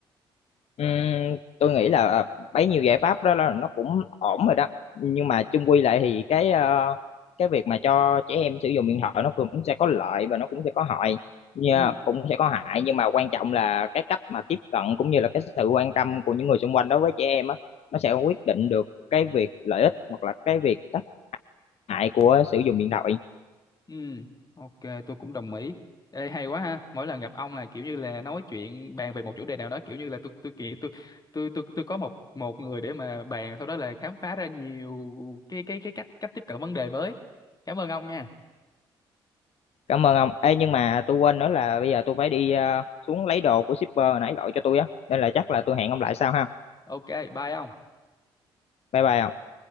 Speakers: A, on the left (about 55°); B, on the left (about 30°).
A: Ừm, tôi nghĩ là ờ, bấy nhiêu giải pháp đó là nó cũng ổn rồi đó nhưng mà chung quy lại thì cái ờ, cái việc mà cho trẻ em sử dụng điện thoại nó cũng sẽ có lợi và nó cũng sẽ có hại nha
B: Ừ.
A: cũng sẽ có hại nhưng mà quan trọng là cái cách mà tiếp cận cũng như là cái sự quan tâm của những người xung quanh đối với trẻ em á nó sẽ quyết định được cái việc lợi ích hoặc là cái việc tác hại của sử dụng điện thoại
B: Ừ, ok, tôi cũng đồng ý. Ê, hay quá ha. Mỗi lần gặp ông là kiểu như là nói chuyện bàn về một chủ đề nào đó kiểu như là tôi tôi kiện tôi tôi tôi tôi có một một người để mà bàn sau đó là khám phá ra nhiều cái cái cái cách cách tiếp cận vấn đề mới. Cảm ơn ông nha.
A: Cảm ơn ông. Ê, nhưng mà tôi quên nữa là bây giờ tôi phải đi ờ, xuống lấy đồ của shipper hồi nãy gọi cho tôi á. Nên là chắc là tôi hẹn ông lại sau ha.
B: Ok, bye ông.
A: Bye bye ông.